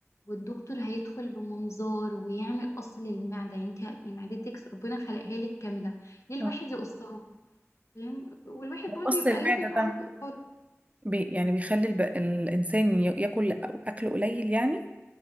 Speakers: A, on the left (about 70°); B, on the right (about 30°).
A: والدكتور هيدخل بمنظار ويعمل قص للمعده يعني انتي معدتك ربنا خلقها لك كامله ليه الواحد
B: آه.
A: يقصها فاهم والواحد
B: مقص
A: برضه يبقى
B: المعده
A: لازم يبقى
B: ده
A: عنده
B: بي يعني بيخلي الب... الانسان ي- ياكل اكل قليل يعني